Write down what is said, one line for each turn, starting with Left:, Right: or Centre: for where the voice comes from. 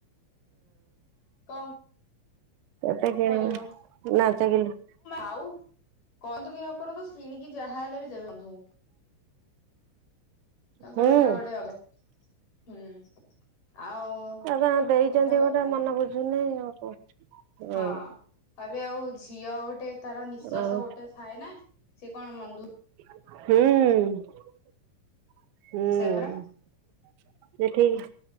Left: କଣ
Right: କେତେ କିଣିଲେ
Left: କରିବ
Right: ନା <unintelligible>
Left: ଆଉ କହନ୍ତୁ କି ନ କରନ୍ତୁ ସିଣିକି ଯାହା ହେଲେ ବି ଦେବେ ବନ୍ଧୁ ଙ୍କୁ। ତାଙ୍କର
Right: ହୁଁ
Left: ଏଇଟା ଗୋଟେ ଅଭ୍ୟା ହୁଁ ଆଉ
Right: ଆଜ୍ଞା ଦେଇଚନ୍ତି
Left: ସେଇଟା କଥା
Right: ଗୋଟେ ମନ ବୁଝୁନି ଆଉ କଣ। ହୁଁ
Left: ହଁ କଇବେ ଆଉ ଝିଅ ଗୋଟେ ତାର ନିଃଶ୍ଵାସ
Right: ଆଉ
Left: ଗୋଟେ ଥାଏ ନା ସିଏ କଣ ମନ୍ଧୁ
Right: ହୁଁ ହୁଁ।
Left: ସେୟା ପରା
Right: ମିଠେଇ